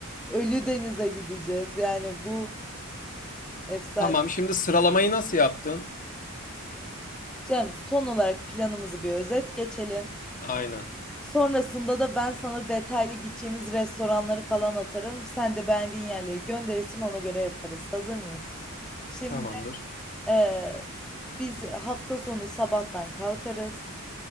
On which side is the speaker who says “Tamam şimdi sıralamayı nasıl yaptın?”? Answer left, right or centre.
Left